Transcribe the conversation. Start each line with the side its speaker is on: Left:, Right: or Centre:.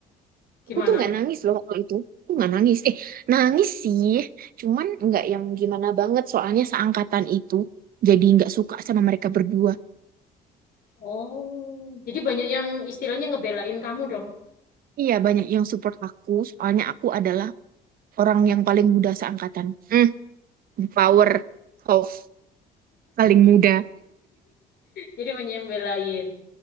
Left: gimana
Right: Aku tuh nggak nangis loh waktu itu. Aku nggak nangis. Eh, nangis sih. Cuman nggak yang gimana banget. Soalnya seangkatan itu jadi nggak suka sama mereka berdua.
Left: oh jadi banyak yang istilahnya ngebelain kamu dong
Right: Iya, banyak yang support aku. Soalnya aku adalah orang yang paling muda seangkatan. Hmm, power
Left: Hmm.
Right: of paling muda.
Left: jadi banyak yang belain